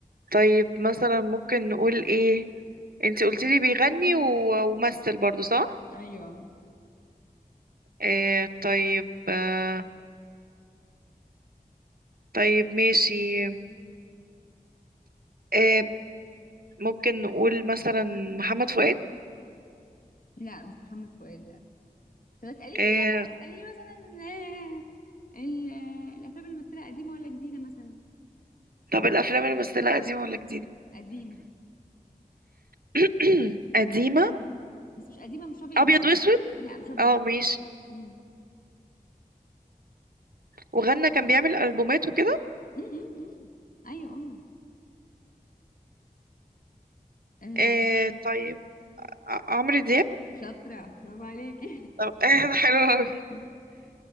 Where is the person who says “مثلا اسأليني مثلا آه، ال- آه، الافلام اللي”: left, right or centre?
Left